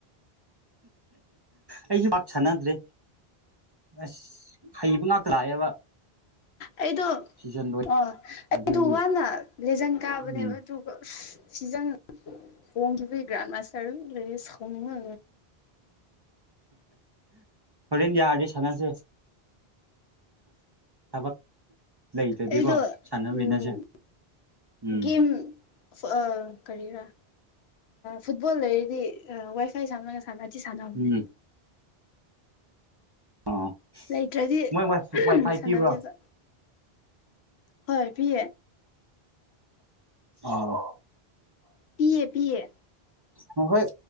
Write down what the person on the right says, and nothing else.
ꯑꯩꯁꯨ ꯄꯥꯛ ꯆꯅꯗ꯭ꯔꯔꯤ ꯑꯁ ꯍꯩꯕ ꯉꯥꯛꯇ ꯂꯥꯛꯑꯦꯕ
ꯁꯤꯖꯟ ꯂꯣꯏ
ꯑꯗꯨꯒꯤ
ꯎꯝ
ꯍꯣꯔꯦꯟ ꯌꯥꯔꯗꯤ ꯁꯥꯟꯅꯁꯦ ꯊꯕꯛ ꯂꯩꯇꯗꯤꯀꯣ
ꯁꯥꯟꯅꯃꯤꯟꯅꯁꯦ
ꯎꯝ
ꯎꯝ ꯑꯥ
ꯃꯣꯏ ꯋꯥꯏꯐꯥꯏ
ꯄꯤꯕ꯭ꯔꯣ
ꯑꯥ
ꯍ ꯍꯣꯏ